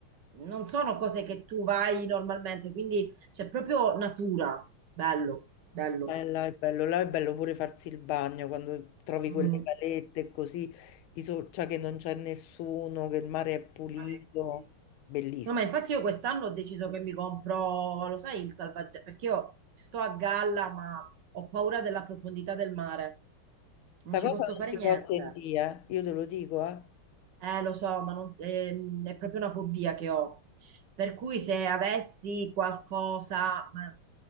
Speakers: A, on the right; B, on the left.
A: non sono cose che tu vai normalmente, quindi c'è proprio natura, bello, bello.
B: Eh, là è bello, là è bello pure farsi il bagno quando trovi
A: Mm.
B: quelle calette così, di so- cioè che non c'è nessuno, che il mare è pulito,
A: Mare pulito.
B: bellissimo.
A: No, ma infatti io quest'anno ho deciso che mi compro, lo sai, il salvagente, perché io sto a galla, ma ho paura della profondità del mare. Non
B: Questa
A: ci
B: cosa
A: posso fare
B: non si
A: niente.
B: può sentire, eh. Io te lo dico, eh.
A: Eh, lo so, ma non- ehm, è proprio una fobia che ho. Per cui se avessi qualcosa, ma-